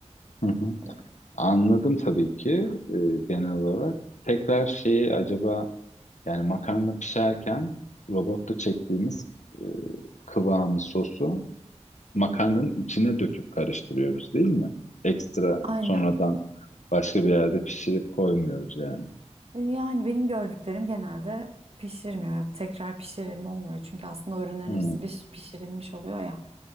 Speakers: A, on the left (about 85°); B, on the right (about 55°).
A: Hı hı.
B: e,
A: Anladım tabii ki e, genel olarak. Tekrar şeyi acaba yani makarna pişerken robotta çektiğimiz e, kıvamı sosu makarnanın içine döküp karıştırıyoruz değil mi? Ekstra
B: Aynen.
A: sonradan başka bir yerde pişirip koymuyoruz yani.
B: E, Yani benim gördüklerim genelde pişirmiyor. Hep Tekrar pişirilme olmuyor. Çünkü aslında o ürünlerin
A: Hı
B: hepsi piş- pişirilmiş oluyor ya.